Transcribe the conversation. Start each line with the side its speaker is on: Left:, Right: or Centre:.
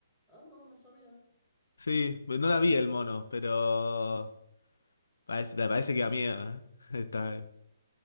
Centre: Ah, no, no sabía.
Left: Sí, no la vi el mono, pero parece, parece que da miedo, ¿eh? <laughs> Está... ahí.